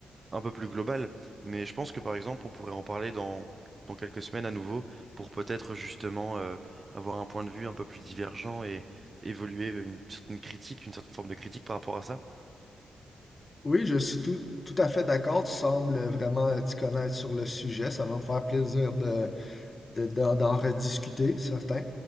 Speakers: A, on the right (about 35°); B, on the left (about 30°).
A: un peu plus globale. Mais je pense que par exemple, on pourrait en parler dans, dans quelques semaines à nouveau pour peut-être justement euh, avoir un point de vue un peu plus divergent et évoluer une certaine critique, une certaine forme de critique par rapport à ça.
B: Oui, je suis tout, tout à fait d'accord. Tu sembles vraiment euh, t'y connaître sur le sujet. Ça va me faire plaisir de, de- d'en d'en rediscuter, certain.